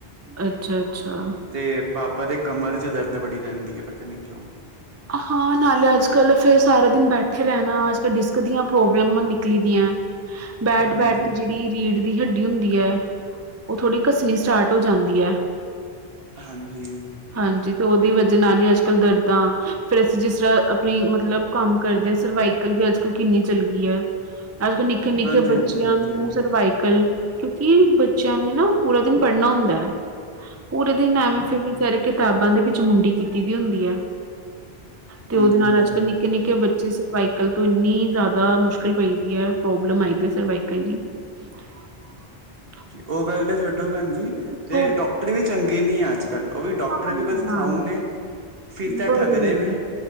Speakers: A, on the right; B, on the right.
A: ਅੱਛਾ ਅੱਛਾ
B: ਤੇ ਪਾਪਾ ਦੇ ਕਮਰ 'ਚ ਦਰਦ ਬੜੀ ਰਹਿੰਦੀ ਹੈ ਪਤਾ ਨੀ ਕਿਉਂ
A: ਹਾਂ ਨਾਲੇ ਅੱਜ ਕੱਲ੍ਹ ਫੇਰ ਸਾਰਾ ਦਿਨ ਬੈਠੇ ਰਹਿਣਾ ਅੱਜ ਕੱਲ ਡਿਸਕ ਦੀਆਂ ਪ੍ਰੋਬਲਮ ਨਿਕਲੀ ਦੀਆਂ ਬੈਠ
B: ਹਾਂਜੀ।
A: ਬੈਠ ਕੇ ਜਿਹੜੀ ਰੀੜ ਦੀ ਹੱਡੀ ਹੁੰਦੀ ਹੈ ਉਹ ਥੋੜ੍ਹੀ ਘੱਸਣੀ ਸਟਾਰਟ ਹੋ ਜਾਂਦੀ ਹੈ
B: ਹਾਂਜੀ
A: ਹਾਂਜੀ ਤੇ ਉਹਦੀ ਵਜ੍ਹਾ ਨਾਲ ਹੀ ਅੱਜ ਕੱਲ੍ਹ ਦਰਦਾਂ ਫੇਰ ਅਸੀਂ ਜਿਸ ਤਰ੍ਹਾਂ ਆਪਣੀ ਮਤਲਬ ਕੰਮ ਕਰਦੇ ਹਾਂ ਸਰਵਾਈਕਲ ਦੀ ਅੱਜ ਕੱਲ੍ਹ ਕਿੰਨੀ ਚੱਲ ਗਈ ਹੈ ਅਜ ਨਿੱਕੇ ਨਿੱਕੇ
B: ਹਾਂਜੀ-ਹਾਂਜੀ
A: ਬੱਚਿਆਂ
B: ਉਹ
A: ਨੂੰ
B: ਤੇ ਹੈ
A: ਸਰਵਾਈਕਲ ਕਿ ਬੱਚਿਆਂ ਨੇ ਨਾ ਪੂਰਾ ਦਿਨ ਪੜ੍ਹਨਾ ਹੁੰਦਾ ਹੈ ਪੂਰੇ ਦਿਨ ਐਮੇ
B: ਜੀ
A: ਫਰੀ ਇਸ ਕਰਕੇ ਕਿਤਾਬਾਂ ਦੇ ਵਿੱਚ ਮੁੰਡੀ ਕੀਤੀ ਦੀ ਹੁੰਦੀ ਹੈ ਤੇ
B: ਹਾਂਜੀ-ਹਾਂਜੀ।
A: ਉਹਦੇ ਨਾਲ ਅੱਜ ਕੱਲ੍ਹ ਨਿੱਕੇ ਨਿੱਕੇ ਬੱਚੇ ਸੇ ਸਰਵਾਈਕਲ ਤੋਂ ਇੰਨੀ ਜ਼ਿਆਦਾ ਮੁਸ਼ਕਿਲ ਪਈਦੀ ਹੈ ਪ੍ਰੋਬਲਮ ਆਈ ਸਰਵਾਈਕਲ ਦੀ <inaudible>
B: ਜੀ ਉਹ ਗੱਲ ਤੇ ਛੱਡੋ ਭੈਣਜੀ
A: ਸੋ
B: ਤੇ ਡਾਕਟਰੀ ਵੀ ਚੰਗੇ ਨੀ ਆ ਅੱਜ ਕੱਲ ਓ ਵੀ ਡਾਕਟਰ
A: ਹਾਂ,
B: ਵੀ ਬਸ ਖਾਊ ਨੇ ਫੀਸਾਂ
A: ਬੜੇ
B: ਠੱਗ ਰਹੇ ਨੇ